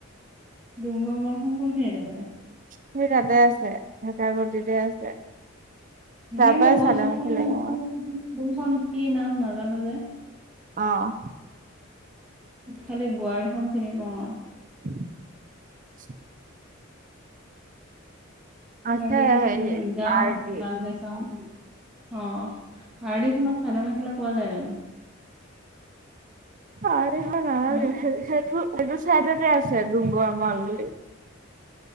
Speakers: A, in the centre; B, on the right.
A: ডুংগমলখন কোনখিনিত আছে?
B: সেই তাতে আছে, ভেকা ভটিতে আছে।
A: সেইখিন
B: তাৰ পৰাই
A: গৈছোঁ
B: চাদৰ মেখেলা
A: কোনটো
B: লাগে
A: কোন ক কোনখন কি নাম নাজানো যে।
B: অ'।
A: খালি বোৱাৰীখন চিনি পাওঁ অ'।
B: <inaudible> আছে
A: বাকীখিনি
B: হেৰি
A: উ, যাওঁ
B: আৰ ডি
A: <unintelligible> যাওঁ। অ হাৰ্ডিক সমান চাদৰ মেখেলা পোৱা যায় জানো?
B: <unintelligible> সেই
A: হা
B: সেইটো চাইডতে আছে ডুংগৰ মল বুলি।